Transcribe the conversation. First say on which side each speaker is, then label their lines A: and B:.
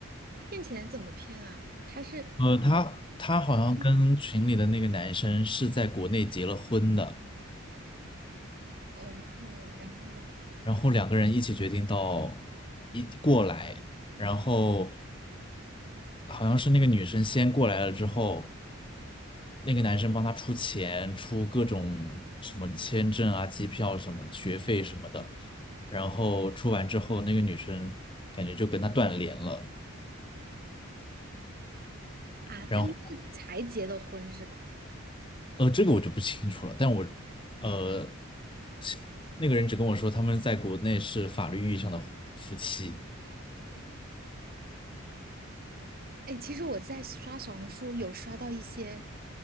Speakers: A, on the right; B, on the left.
A: 骗钱怎么骗啊？她是，
B: 呃，他他好像跟群里的那个男生是在国内结了婚的。
A: 嗯哦，然后嘞，
B: 然后两个人一起决定到一过来，然后好像是那个女生先过来了之后，那个男生帮她出钱，出各种什么签证啊、机票什么的、学费什么的，然后出完之后，那个女生感觉就跟他断联了，
A: 啊，他们是才结的婚是吧？
B: 然后呃，这个我就不清楚了，但我呃，是那个人只跟我说他们在国内是法律意义上的夫妻，
A: 哎，其实我在刷小红书有刷到一些，